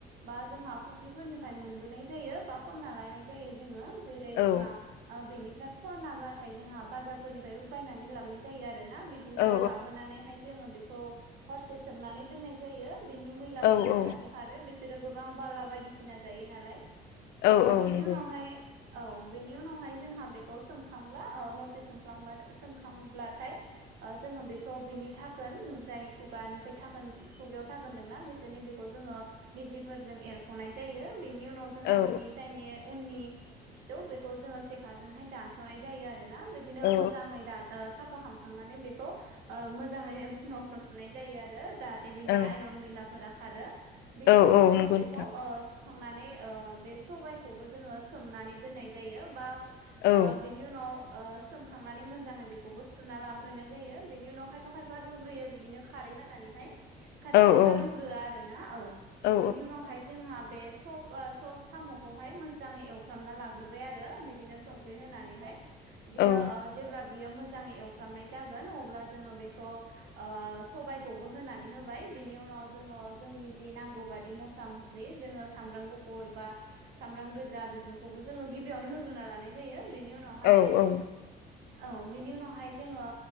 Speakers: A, on the right; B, on the left.
A: बा जोंहा फुख्रिफोरनिफ्राय मोनबोनाय जायो बा खनना लायनाय जायो जोङो जेरै
B: औ
A: जोंआ ओ बेनिफ्राय खनाबाथाय जोंहा बाजारफोरनिफ्रायबो बायनानै लाबनाय जायो आरो ना बि बिदिनो
B: औ
A: लाबोनानैहाय जोङो बेखौ हरसे सोमनानै दोननाय जायो बेनि मै
B: औ
A: <unintelligible>
B: औ
A: जाहाथे खारो बिसोरो गोबां बाला बायदिसिना जायो नालाय ओ
B: औ औ
A: बिनि
B: नंगौ
A: अन फ्राय औ बेनि उनावहाय जोंहा बेखौ सोमखांब्ला ओ हरसे सोमखां सोमखांब्लाथाय ओ जोङो बेखौ बेनि धाकोन जाय खुगानिफ्राय धाकोन खुगायाव धाकोन दोंना बेस <unintelligible> बेखौ जोङो बिजिफोरजों एरख'नाय जायो बिनि उनाव जोंहा
B: औ
A: बिनि जायनि उननि खिथौ बेखौ जोङो सेखाजोंहाय दानस'नाय जायो आरोना बिदिनो
B: औ
A: मोजाङै दान ओ साफ हामखांनानै बेखौ ओ मोजाङै हखन' हखन' सुनाय जायो आरो जाहाथे बेनि
B: औ
A: आइरन मैला फोरा खारो बेनि
B: औ
A: उनाव
B: औ
A: जोङो
B: नंगौ
A: बेखौ
B: नोंथां
A: ओ खांनानै बे सबायखौबो जोङो सोमनानै दोननाय जायो बा
B: औ
A: ओ बिनि उनाव ओ सोमखांनानै मोजाङै बेखौबो सुना लाग्रोनाय जायो बेनि उनाव खायफा खायफा रुग्रोयो बिदिनो खारै होननानै हाय खायफा
B: औ
A: खायफा
B: औ
A: रुग्रो आरो ना औ
B: औ
A: बेनि उनावहाय जोंहा बे स स साम' खौहाय मोजाङै एवफ्रामना लाग्रोबाय आरो बिदिनो संख्रि होनानैहाय बिदिनो
B: औ
A: ओ जेब्ला बियो मोजाङै एवफ्रामनाय जागोन अब्ला जोंङो बेखौ ओ सबायखौबो होनानै होबाय बेनि उनाव जोंङो जोंनि जि नांगौ बादि मस्ला मस लि जोंङो सामब्राम गुफुरबा सामब्राम गोजा बेफोरखौबो जोंङो गिबियावनो होग्रोना लानाय जायो बेनि उनावहाय
B: औ औ
A: औ बेनि उनावहाय जोंङो